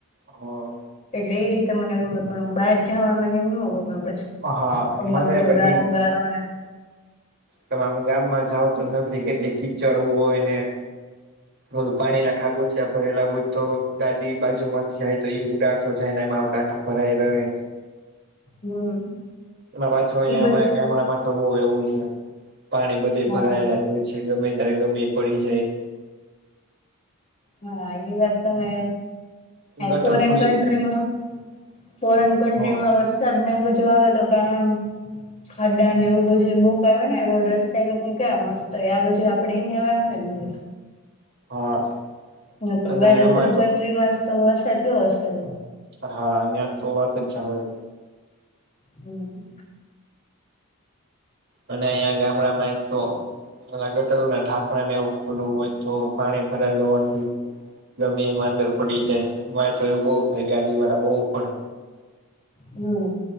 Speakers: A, on the right (about 55°); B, on the left (about 35°).
A: હા.
B: એટલે એ રીતે મને ગુમે પણ બહાર જવા મને એમ ગમે પછી.
A: હા
B: હમમાં
A: મને
B: બછો
A: પણ
B: ગારો ગારો અને.
A: તમા આમ ગામમાં જાાવ તો નફરી કેટ કીચડવું હોયને. બોલું પાણી ના ખાબો્યા ભરેલા હોય તો ગાદી બા. માંથી જાય તો એ ઉદાડતો જાય ને એ માવ આખા ભરાઈ રહ.
B: હમ.
A: એમાં પાછો અહિયાયા
B: એ બધું
A: અમારા ગામડામાં તો બહ એવું છે પાણી બધે
B: હા
A: ભરાયેલા. હોય છે ગમે ત્યારે ગમે એ પડી જાય.
B: હા એ વાત તો મ.
A: ગટર
B: ફોરેન
A: ખુલ્લી
B: કન્ટ્રીમાં ફોરેન કન્ટમાં
A: હ
B: વ. સરદને બુજવાવે તો ક એમ. ખાડા ને એવું બધી બોક આવે ને રોડ રસ્તા એ લોકોને કે્યાં મસ્ત હો આ બધી આપડ ઇન્ડિયા વાળાને જ મળે.
A: હા.
B: ન
A: અને
B: બરેધર
A: એમાં તો
B: કન્ટ્રી માં જ તો વરસાતીયો હશે.
A: હા અને આ તો વાત જાવત.
B: હમ.
A: અને અહીંયા ગામડામાં એક તો ગટરું ના ઢાકણા ને એવું ખુલું હોય તો. પાણી ભરાયેલ હોવાથી ગમી એમાં અંદર પડી જાય અમારે તો એવું બઉ. ગાડી વાળા બહુ પડે.
B: હમ